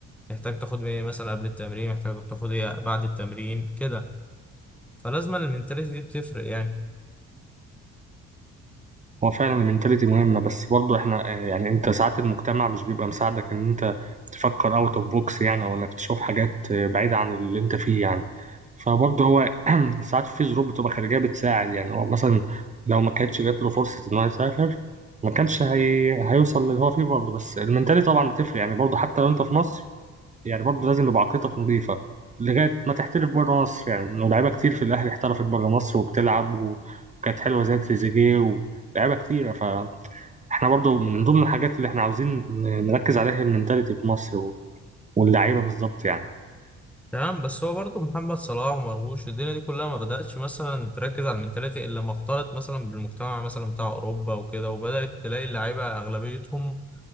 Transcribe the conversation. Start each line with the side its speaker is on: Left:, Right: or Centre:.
Centre: محتاج تاخد ايه مثلا قبل التمرين محتاج تاخد ايه بعد التمرين كده فلازم المنتاليتي دي بتفرق يعني
Right: هو فعلا المنتاليتي مهمة بس برضه احنا آه، يعني انت ساعات المجتمع مش بيبقى مساعدك ان انت تفكر اوت اوف بوكس يعني او انك تشوف حاجات آه، بعيدة عن اللي انت فيه يعني فبرضه هو <clears throat> ساعات في ظروف بتبقى خارجية بتساعد يعني هو مثلا لو ما كانتش جات له فرصة ان هو يسافر ما كانش هي... هيوصل للي هو فيه برضه بس المنتاليتي طبعا بتفرق يعني برضه حتى لو انت في مصر يعني برضه لازم يبقى عقليتك نظيفة لغاية ما تحترف بره مصر يعني لو لعيبة كتير في الأهلي احترفت بره مصر وبتلعب و- وكانت حلوة زي تريزيجيه ولاعيبة كتيرة فاحنا برضه من ضمن الحاجات اللي احنا عاوزين ن- نركز عليها هي المنتاليتي في مصر و- واللعيبة بالظبط يعني
Centre: تمام بس هو برضو محمد صلاح ومرموش الدنيا دي كلها ما بدأتش مثلا تركز على المنتاليتي الا لما اختلط مثلا بالمجتمع مثلا بتاع اوروبا وكده وبدأت تلاقي اللعيبة اغلبيتهم